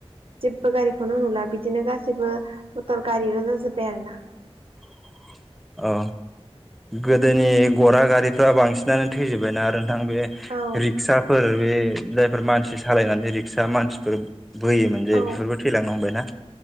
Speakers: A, on the right; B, in the centre.
A: जेबबो गारिखौनो नुला बिदिनो गासिबो मथर गारिल जाज जोबबाय आरो ना
B: <inaudible> औ गोदोनि गरा गारिफ्रा बांसिनानो थैजोबबायना आरो नोंथां बे
A: औ
B: रिक्साफोर बे जायफोर मानसि सालायनानै रिक्सा मानसिफोर बोयोमोन जे
A: औ
B: बेफोरबो थैलांनो हमबायना